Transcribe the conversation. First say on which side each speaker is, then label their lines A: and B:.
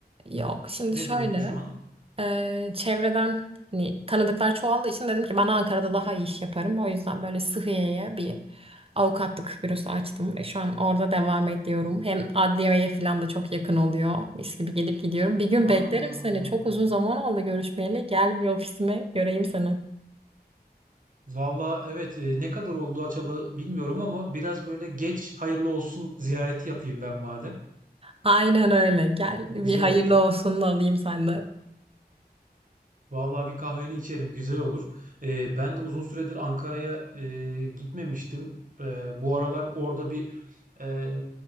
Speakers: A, on the right; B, on the right.
A: Yok şimdi
B: Ne
A: şöyle
B: durumda şu an?
A: Ee, çevreden hani tanıdıklar çoğaldığı için dedim ki ben Ankara'da daha iyi iş yaparım. O yüzden böyle Sıhhiye'ye bir avukatlık bürosu açtım ve şu an orada devam ediyorum. Hem adliyeye falan da çok yakın oluyor. Mis gibi gelip gidiyorum. Bir gün
B: Aa,
A: beklerim seni. Çok uzun zaman oldu görüşmeyeli. Gel bir ofisime göreyim seni.
B: valla evet e, ne kadar oldu açalı bilmiyorum ama biraz böyle geç hayırlı olsun ziyareti yapayım ben madem.
A: Aynen öyle. Gel
B: Güzel
A: bir hayırlı
B: olur.
A: olsun alayım senden.
B: Vallahi bir kahveni içerim, güzel olur. Ee, ben de uzun süredir Ankara'ya e, gitmemiştim. Ee, bu aralar orada bir e,